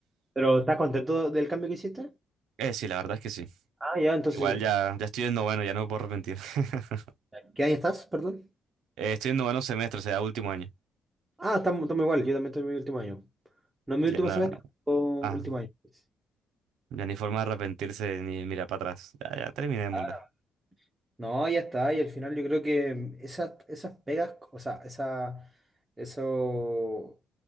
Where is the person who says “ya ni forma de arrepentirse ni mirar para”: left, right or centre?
Right